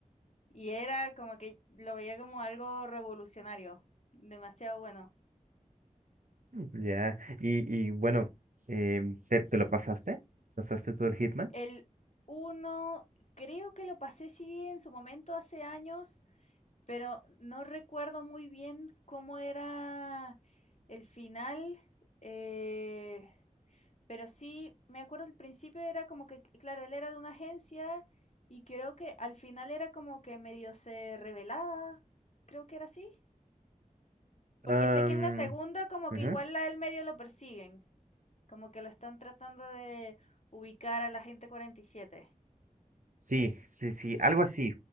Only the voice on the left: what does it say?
Y era como que lo veía como algo revolucionario. Demasiado bueno.
El uno creo que lo pasé sí en su momento hace años, pero no recuerdo muy bien cómo era el final. Eh... Pero sí, me acuerdo al principio era como que, claro, él era de una agencia y creo que al final era como que medio se revelaba, creo que era así. Porque
sé que en la segunda como
que igual a él medio lo persiguen, como que lo están tratando de ubicar a la gente 47.